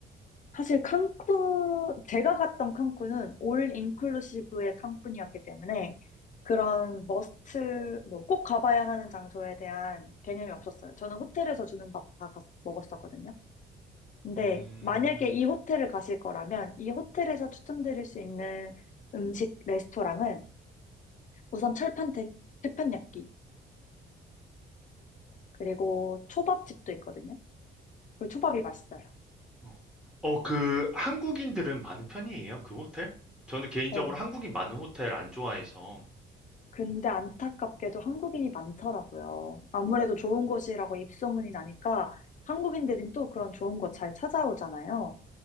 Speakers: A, on the left; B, in the centre.
A: 사실 칸쿤, 제가 갔던 칸쿤은 올 인클루시브의 칸쿤이었기 때문에 그런 머스트, 뭐 꼭 가봐야 하는 장소에 대한 개념이 없었어요. 저는 호텔에서 주는 밥 다 먹었었거든요. 근데
B: 음.
A: 만약에 이 호텔을 가실 거라면 이 호텔에서 추천드릴 수 있는 음식 레스토랑은 우선 철판 태, 판야끼이고 그리고 초밥집도 있거든요. 그 초밥이 맛있어요.
B: 어. 어, 그 한국인들은 많은 편이에요? 그 호텔? 저는 개인적으로
A: 어,
B: 한국인 많은 호텔 안 좋아해서.
A: 근데 안타깝게도 한국인이 많더라고요. 아무래도 좋은 곳이라고 입소문이 나니까 한국인들은 또 그런 좋은 곳 잘 찾아오잖아요.